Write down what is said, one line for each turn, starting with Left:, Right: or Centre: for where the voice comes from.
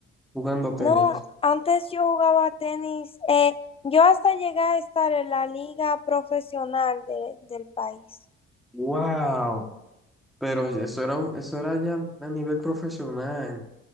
Centre: Jugando tenis.
Left: no, antes yo jugaba tenis, eh, yo hasta llegué a estar en la liga profesional de- del país.
Centre: Wow. Pero eso era un, eso era ya a nivel profesional.